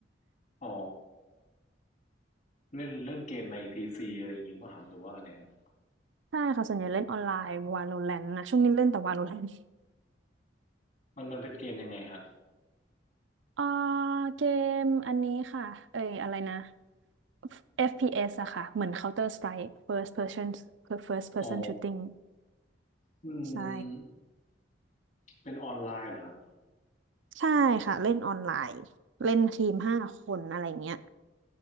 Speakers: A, on the left; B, on the right.
A: อ๋อเล่นเล่นเกมในพีซีอะไรอย่างนี้หรือเปล่ะครับหรือว่าไงครับ
B: <laughs> ใช่ค่ะส่วนใหญ่เล่นออนไลน์ Valorant นะช่วงนี้เล่นแต่ Valorant
A: มันมันเป็นเกมยังไงฮะ
B: เอ่อเกมอันนี้ค่ะเอ้ยอะไรนะ FPS อฟพีเอสอะค่ะเหมือน Counter Strike First Person First Person
A: อ๋อ
B: Shooting
A: อื
B: ใช่
A: มเป็นออนไลน์เหรอครับ
B: ใช่ค่ะเล่นออนไลน์เล่นทีมห้าคนอะไรเงี้ย